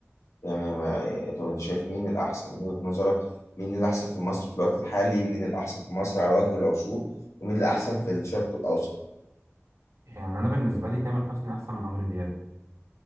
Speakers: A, on the left; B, on the right.
A: يعني ما... طب أنت شايف مين الأحسن من وجهة نظرك؟ مين الأحسن في مصر في الوقت الحالي؟ مين الأحسن في مصر على وجه العصور؟ ومين الأحسن في الشرق الأوسط؟
B: يعني انا بالنسبه لي تامر حسني احسن من عمرو دياب